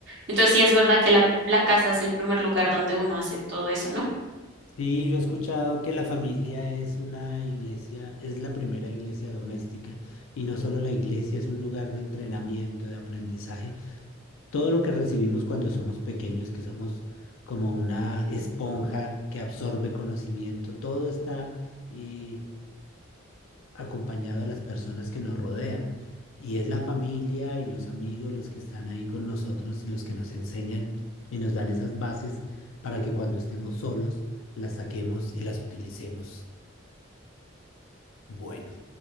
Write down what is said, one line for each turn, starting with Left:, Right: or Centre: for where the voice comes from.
Right: Entonces sí es verdad que la, la casa es el primer lugar donde uno hace todo eso, ¿no?
Left: Sí, yo he escuchado que la familia es una iglesia, es la primera iglesia doméstica y no solo la iglesia, es un lugar de entrenamiento, de aprendizaje. Todo lo que recibimos cuando somos pequeños, que somos como una esponja que absorbe conocimiento, todo está eh, acompañado de las personas que nos rodean. Y es la familia y los amigos los que están ahí con nosotros y los que nos enseñan y nos dan esas bases para que cuando estemos solos las saquemos y las utilicemos. Bueno.